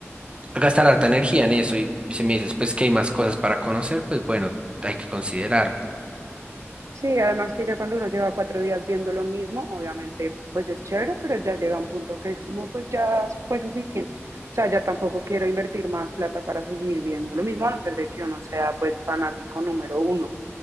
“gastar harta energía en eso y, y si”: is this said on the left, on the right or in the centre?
Right